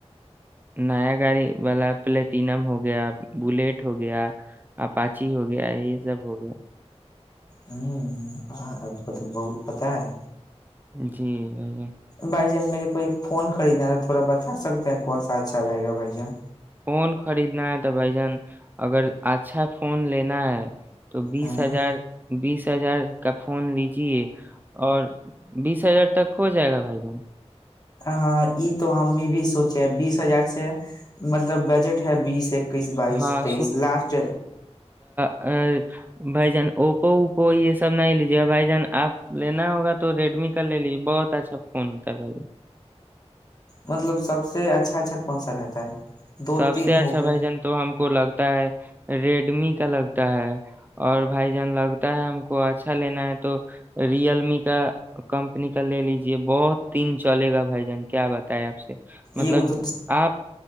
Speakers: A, on the right; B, on the left.
A: نیا گاڑی والا پلیٹینم ہو گیا بلیٹ ہو گیا آ پاچ ہی ہو گیا ہے یہ جب ہو گیا
B: ہوں اب کو تو بہت پتاہ ہے
A: جی بھ
B: بھائی جان میرے کو ایک فون خریدنا تھا تھوڑا بتا سکتے ہیں کون سا اچھا رہے گا بھائی جان
A: فون خریدنا ہے تو بھائی جان اگر اچھا فون لینا ہے تو بیس
B: ہاں
A: ہزار بیس ہزار کا فون لیجے اور بیس ہزار تک ہو جائے گا بھائی جان
B: ہاں یہ تو ہم یہ بھی سوچے بیس ہزار سے مطلب بجٹ بیس اکیس بائیس
A: ہاں
B: تئیس لاسٹ
A: ا بھائی جان اوپو اوپو یہ سب نہیں لیجیے بھائی جان آپ لینا ہوگا تو ریڈمی کا لے لیجیے بہت اچھا فون ہوتا ہے بھائی جان
B: مطلب سب سے اچھا اچھا کون سا رہتا ہے دو
A: سب
B: تین
A: سے اچھا
B: ہو گئے
A: بھ جن تو ہم کو لگتا ل ہے ریڈمی کا لگتا ہے اور بھائیجن لگتا ہے ہم کو اچھا لینا ہے تو ریئل می کا کمپنی کا لے لیجے بہت تین چلے گا بھجن کیا بتائے آپ سے مطلب
B: یہ تو
A: آپ